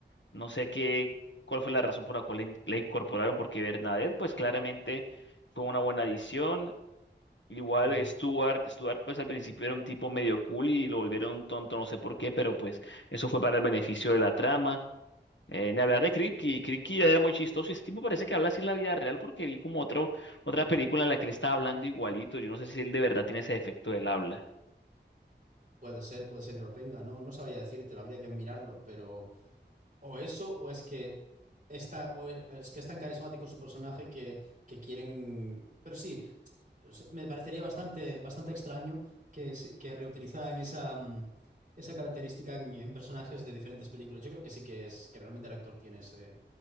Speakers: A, on the left; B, on the right.
A: No sé qué, cuál fue la razón por la cual la in- la incorporaron, porque Bernadette, pues claramente fue una buena adición. Igual
B: Ujú.
A: Stuart, Stuart, pues al principio era un tipo medio cool y lo volvieron un tonto, no sé por qué, pero pues eso fue para el beneficio de la trama. Eh, ni hablar de Kripke, Kripke ya era muy chistoso y ese tipo parece que habla así en la vida real porque vi como otro, otra película en la que él estaba hablando igualito. Yo no sé si él de verdad tiene ese defecto del habla.
B: Puede ser, puede ser que lo tenga. No, no sabría decírtelo, habría que mirarlo, pero o eso o es que está, o es, es que es tan carismático su personaje que, que quieren. Pero sí, es- me parecería bastante, bastante extraño que, se- que reutilizaran esa, mm, esa característica en, en personajes de diferentes películas. Yo creo que sí que es que realmente el actor tiene ese-